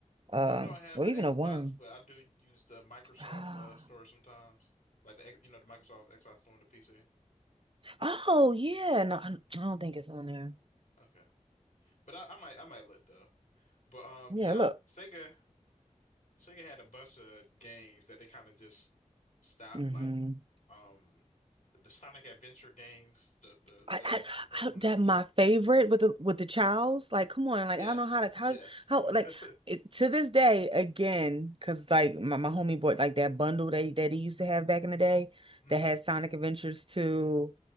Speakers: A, on the right; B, on the left.
A: Uh,
B: Well, I don't have
A: or
B: an
A: even
B: Xbox,
A: a one.
B: but I do use the Microsoft
A: <gasps> Ah,
B: uh, store sometimes, like the X- you know the Microsoft Xbox store on the PC.
A: ah. Oh yeah, no, I I don't think it's on there.
B: Okay, but I, I might I might look though. But um,
A: Yeah,
B: yeah,
A: look.
B: I, Sega. Sega had a bunch of games that they kind of just stopped,
A: hmm
B: like um the Sonic Adventure games, the the
A: I,
B: the,
A: I,
B: the first
A: I
B: one
A: that
B: and second
A: my
B: one.
A: favorite with the with the child's like come on like
B: Yes,
A: I don't know how to how
B: yes.
A: how
B: <laughs>
A: like it, to this day again because like my, my homie bought like that bundle they that he used to have back in the day
B: hmm
A: that had Sonic Adventures 2